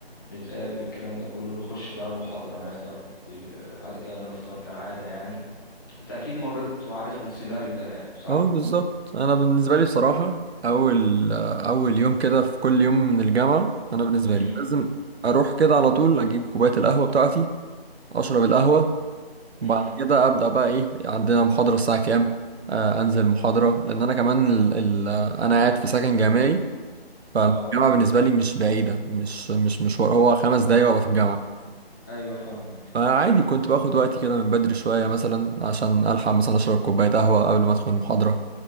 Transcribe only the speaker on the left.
نتقابل الكلام ده كله نخش بقى المحاضرة نحضر إيه، بعد كده نفطر كالعادة يعني انت اكيد مريت وعارف السيناريو ده يعني صح؟
امم
امم
اه
ايوه فاهمك